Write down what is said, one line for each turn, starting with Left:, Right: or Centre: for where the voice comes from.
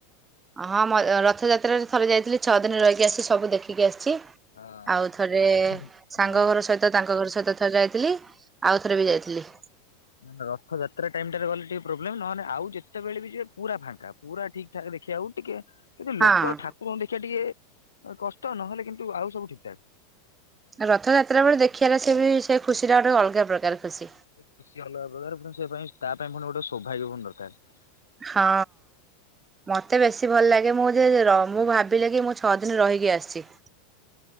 Right: ହଁ ମ ରଥଯାତ୍ରାରେ ଥରେ ଯାଇଥିଲି ଛଅ ଦିନ ରହିକି ଆସଚି ସବୁ ଦେଖିକି ଆସିଚି।
Left: ହଁ।
Right: ଆଉ ଥରେ
Left: ରଥ-
Right: ସାଙ୍ଗ
Left: ହଁ।
Right: ଘର ସହିତ ତାଙ୍କ ଘର ସ ତ ଥର ଯାଇଥିଲି ଆଉ ଥରେ ବି ଯାଇଥିଲି।
Left: ନନେ ରଥଯାତ୍ରା ଟାଇମ୍ ଟାରେ ଗଲେ ଟିକେ ପ୍ରୋବ୍ଲେମ୍ ନହେନେ ଆଉ ଯେତେବେଳେ ବି ଯିବେ ପୁରା ଫାଙ୍କା ପୁରା ଠିକ୍ ଠା ଦେଖି ଆଉ ଟିକେ କିନ୍ତୁ
Right: ହଁ
Left: ଲୋକ ଠାକୁରଙ୍କୁ ଦେଖିବା ଟିକେ ମାନେ କଷ୍ଟ ନହେଲେ କିନ୍ତୁ ଆଉ ସବୁ ଠିକ ଠାକ୍।
Right: ଆ ରଥଯାତ୍ରା ବେଳେ ଦେଖିବାର ସେ ବି ସେ ଖୁସିଟା ଗୋଟେ ଅଲଗା ପ୍ରକାର ଖୁସି।
Left: ଏ ଖୁସି ଅଲଗା ପ୍ରକାର ପୁଣି ସେ ପାଇଁ ତା ପାଇଁ ପୁଣି ଗୋଟେ ସୌଭାଗ୍ୟ ଫୁଣି ଦରକାର।
Right: ହଁ ମତେ ବେଶୀ ଭଲ ଲାଗେ ମୁଁ ଯେ ର ମୁଁ ଭା ବିଲେ କି ମୁଁ ଛଅ ଦିନ ରହିକି ଆସଚି।